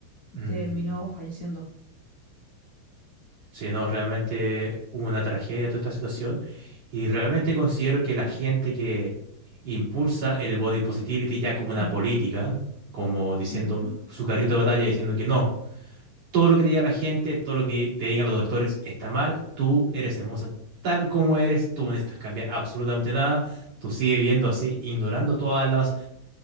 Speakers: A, on the right; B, on the left.
A: mm.
B: terminó falleciendo.
A: Sí, no, realmente hubo una tragedia toda esta situación y realmente considero que la gente que impulsa el body positivity ya como una
B: Ujú,
A: política, como diciendo
B: ujú.
A: su carrito de batalla, diciendo que no, todo lo que te diga la gente, todo lo que te digan los doctores está mal, tú eres hermosa tal como eres, tú no necesitas cambiar absolutamente nada, tú sigues viendo así, ignorando todas las,